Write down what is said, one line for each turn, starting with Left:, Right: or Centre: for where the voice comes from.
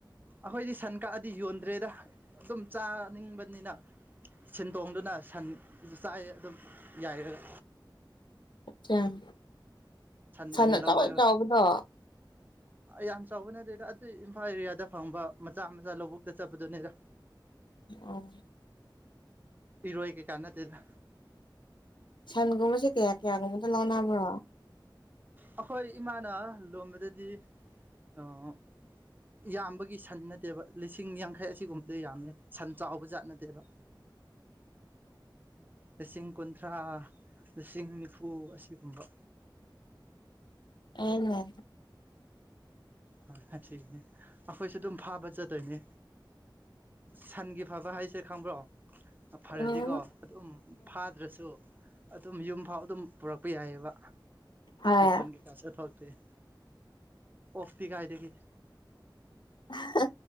Right: ꯑꯈꯣꯏꯗꯤ ꯁꯟ ꯀꯥꯛꯑꯗꯤ ꯌꯣꯟꯗ꯭ꯔꯦꯗ ꯑꯗꯨꯝ ꯆꯥꯅꯤꯡꯕꯅꯤꯅ ꯁꯤꯟ ꯇꯣꯡꯗꯨꯅ ꯁꯟ ꯆꯥꯏꯌꯦ ꯑꯗꯨꯝ ꯌꯥꯏꯔꯒ
Left: <inaudible> ꯑ ꯁꯟ
Right: ꯑꯣꯏꯅ
Left: ꯑꯆꯧ
Right: ꯂꯧꯋꯦꯕ
Left: ꯑꯆꯧꯕꯗꯣ
Right: ꯌꯥꯝ ꯆꯥꯎꯕ ꯅꯠꯇꯦꯗ ꯑꯗꯨ ꯏꯝꯐꯥꯜ ꯑꯦꯔꯤꯌꯥꯗ ꯐꯪꯕ ꯃꯆꯥ ꯃꯆꯥ ꯂꯧꯕꯨꯛꯇ ꯆꯠꯄꯗꯨꯅꯤꯗ
Left: ꯑꯣ
Right: ꯏꯔꯣꯏ ꯀꯩꯀꯥ ꯅꯠꯇꯦꯗ
Left: ꯁꯟꯒꯨꯝꯕꯁꯦ ꯀꯌꯥ ꯀꯌꯥꯒꯨꯝꯕꯗ ꯂꯧꯅꯕ꯭ꯔꯣ
Right: ꯑꯩꯈꯣꯏ ꯏꯃꯥꯅ ꯂꯣꯟꯕꯗꯗꯤ ꯑꯥ ꯌꯥꯝꯕꯒꯤ ꯁꯟ ꯅꯠꯇꯦꯕ ꯂꯤꯁꯤꯡ ꯌꯥꯡꯈꯩ ꯑꯁꯤꯒꯨꯝꯕꯗ ꯌꯥꯝꯃꯦ ꯁꯟ ꯆꯥꯎꯕ ꯖꯥꯠ ꯅꯠꯇꯦꯕ
Left: <inaudible>
Right: ꯂꯤꯁꯤꯡ ꯀꯨꯟꯊ꯭ꯔꯥ ꯂꯤꯁꯤꯡꯅꯤꯐꯨ ꯂꯤꯁꯤꯡ ꯅꯤꯐꯨ ꯑꯁꯤꯒꯨꯝꯕ
Left: ꯑꯩꯅꯦ
Right: ꯍꯣꯏ ꯑꯁꯤꯅꯤ ꯑꯩꯈꯣꯏꯁꯨ ꯑꯗꯨꯝ ꯐꯥꯕ ꯆꯠꯇꯣꯏꯅꯦ ꯁꯟꯒꯤ ꯐꯕ ꯍꯥꯏꯁꯦ ꯈꯪꯕ꯭ꯔꯣ ꯐꯔꯗꯤꯀꯣ
Left: ꯎꯝ
Right: ꯑꯗꯨꯝ ꯐꯥꯗ꯭ꯔꯁꯨ ꯑꯗꯨꯝ ꯌꯨꯝ ꯐꯥꯎ ꯑꯗꯨꯝ ꯄꯨꯔꯛꯄ ꯌꯥꯏꯑꯦꯕ
Left: ꯍꯣꯏ
Right: ꯃꯈꯣꯟ ꯀꯩꯀꯥ ꯁꯨ ꯊꯣꯛ ꯐꯩꯌꯦ ꯑꯣꯛꯇꯤ ꯀꯥꯏꯗꯒꯤ
Left: ꯍꯥ ꯍꯥ